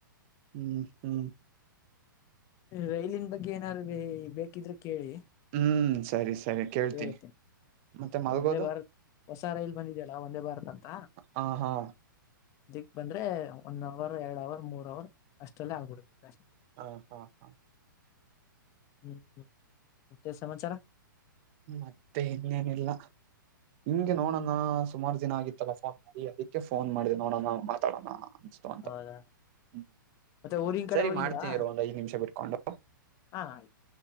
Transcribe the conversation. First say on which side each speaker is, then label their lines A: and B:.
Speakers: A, on the right; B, on the left.
A: ಹ್ಮ ಹ್ಮ.
B: ರೈಲಿನ ಬಗ್ಗೆ ಏನಾರು ಇ ಬೇಕಿಬ್ರು ಕೇಳಿ.
A: ಹ್ಮ ಸರಿ ಸರಿ ಕೇಳ್ತೀನಿ.
B: ಹೇಳ್ತೇನೆ
A: ಮತ್ತೆ ಮಲ್ಗೋದು
B: ಒಂದೇ ಭಾರತ್ ಹೊಸ ರೈಲ್ ಬಂದಿದಿಯಲ್ಲ ಒಂದೇ ಭಾರತ್ ಅಂತ.
A: ಹ ಹಾ
B: ದಿಕ್ ಬಂದ್ರೆ ಒನ್ ಅವರ್ ಯಾಡ್ ಅವರ್ ಮೂರ್ ಅವರ್ ಅಷ್ಟಲ್ಲೇ ಆಗ್ಬಿಡುತ್ತೆ ಅ.
A: ಹಾ ಹಾ ಹಾ.
B: ಹ್ಮ ಹ್ನು ಮತ್ತೆ ಸಮಾಚಾರ.
A: ಮತ್ತೆ ಇನ್ನೇನಿಲ್ಲ ಹಿಂಗೆ ನೋಡನ ಹಾ ಸುಮಾರ ಜನ ಆಗಿತ್ತಲ್ಲ ಫೋನ್ ಮಾಡಿ ಅದಕ್ಕೆ ಫೋನ್ ಮಾಡಿದೆ ನೋಡೋಣ ಮಾತಾಡೋಣ ಅನ್ತು ಅಂತ.
B: ಹೌದಾ
A: ಹ್ಮ
B: ಮತ್ತೆ ಊರಿನ್ ಕಡೆ
A: ಸರಿ
B: ಹೋಗಿಲ್ವಾ
A: ಮಾಡ್ತೀನಿ ಇರು ಒಂದ್ ಐದ್ ನಿಮಿಷ ಬಿಟ್ಕೊಂಡು.
B: ಹಾ ರಿ.